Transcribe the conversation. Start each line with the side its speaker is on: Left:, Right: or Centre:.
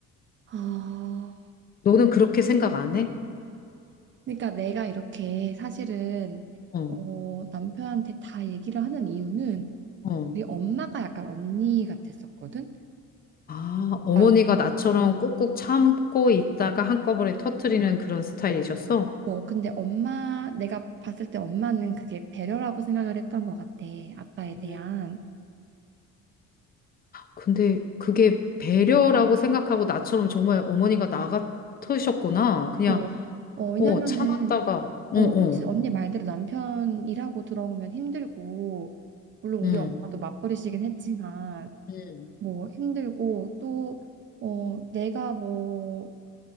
Right: 아,
Left: 너는 그렇게 생각 안 해?
Right: 그러니까 내가 이렇게 사실은
Left: 어,
Right: 어, 남편한테 다 얘기를 하는 이유는
Left: 어.
Right: 우리 엄마가 약간 언니 같았었거든.
Left: 아, 어머니가
Right: 아,
Left: 나처럼 꾹꾹 참고 있다가 한꺼번에 터트리는 그런 스타일이셨어?
Right: 어, 근데 엄마 내가 봤을 때 엄마는 그게 배려라고 생각을 했던 것 같아. 아빠에 대한.
Left: 음. 근데 그게 배려라고 생각하고 나처럼 정말 어머니가 나 같으셨구나. 그냥,
Right: 어, 어, 왜냐면은
Left: 어, 참았다가, 어,
Right: 어,
Left: 어,
Right: 그치. 언니 말대로 남편 일하고 들어오면 힘들고, 물론
Left: 음,
Right: 우리 엄마도 맞벌이시긴 했지만,
Left: 음.
Right: 뭐 힘들고, 또, 어, 내가 뭐